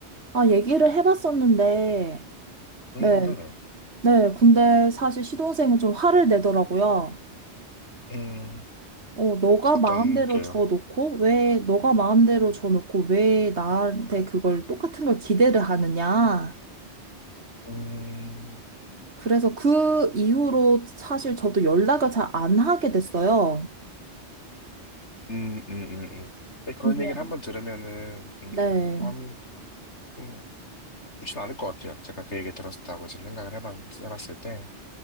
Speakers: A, on the right; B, on the left.
A: 아, 얘기를 해봤었는데
B: 음,
A: 네,
B: 네네.
A: 네. 근데 사실 시동생은 좀 화를 내더라고요.
B: 음,
A: 어, 너가
B: 어떤
A: 마음대로
B: 게,
A: 줘놓고, 왜, 너가 마음대로 줘놓고, 왜 나한테 그걸 똑같은 걸 기대를 하느냐.
B: 음,
A: 그래서 그 이후로 사실 저도 연락을 잘 안 하게 됐어요.
B: 음, 음, 음, 음. 근데
A: 근데,
B: 그런 얘기를 한번 들으면은, 음,
A: 네.
B: 음, 마음이, 음, 좋진 않을 것 같아요. 제가 그 얘기 들었다고 지금 생각을 해봤, 해봤을 때,